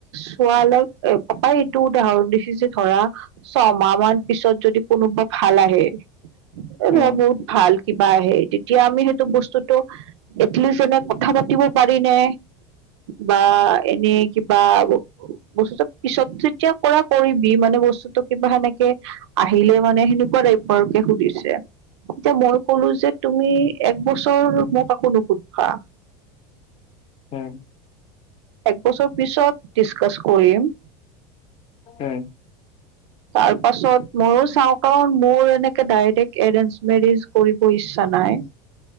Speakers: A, on the right (about 80°); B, on the left (about 40°).
A: চোৱা লৈ- এ পাপাই এইটো উদাহৰণ দিছে যে ধৰা ছমাহ মান পিছত যদি কোনোবা ভাল আহে এই
B: উম,
A: নহয়, বহুত ভাল কিবা আহে, তেতিয়া আমি সেইটো বস্তুটো দেখলি যেনে কথা পাতিব পাৰিনে বা এনে কিবা বস্তুটো পিছত যেতিয়া কৰা, কৰিবি। মানে বস্তুটো কিবা সেনেকে আহিলে মানে সেনে পৰ এইপৰকে সুধিছে। এতিয়া মই ক'লো যে, তুমি এক বছৰ মোক আকৌ নুসুধবা।
B: উম, উম, উম।
A: একবছৰ পিছত ডিছকাছ কৰিম।
B: উম।
A: তাৰ পাছত মইয়ো চাওঁ, কাৰণ মোৰ এনেকে ডাইৰেক্ট এৰেঞ্জ মেৰেজ কৰি- কৰিছ ইচ্ছা নাই।